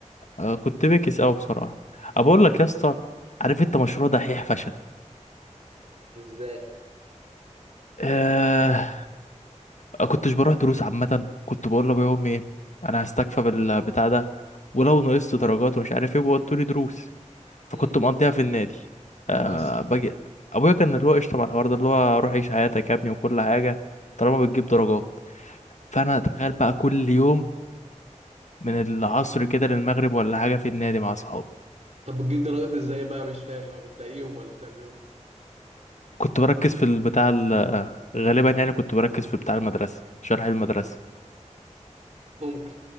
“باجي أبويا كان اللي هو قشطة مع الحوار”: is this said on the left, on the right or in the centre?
Left